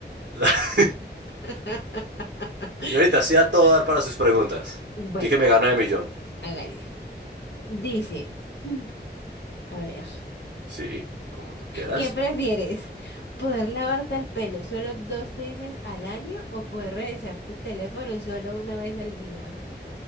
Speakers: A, on the right; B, on the left.
A: <laughs>
B: <laughs>
A: Señorita, sí a todo dar para sus preguntas.
B: Bueno,
A: Tú que me gano de millón.
B: hágale. Dice, mm, a ver.
A: Sí, como tú quieras.
B: ¿Qué prefieres? ¿Poder lavarte el pelo solo dos veces al año o poder revisar tu teléfono solo una vez al día?